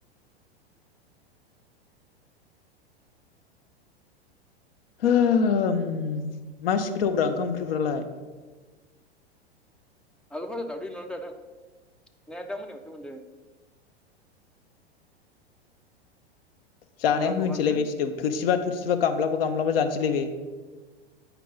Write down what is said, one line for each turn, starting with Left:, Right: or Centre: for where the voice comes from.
Left: हो मासि गोथावब्रा ओंखाम ओंख्रिफ्रालाय
Centre: आलु फाजा दावदै एवनानै जादों ने दा मोनायावसो मोनजायो अनला
Left: जानाया होनोसैलाय
Centre: संना होदोंहाय
Left: बे सिथोब थोरसिबा थोरसिबा गामलाफोरखौ गामलाबा जानोसैलाय बे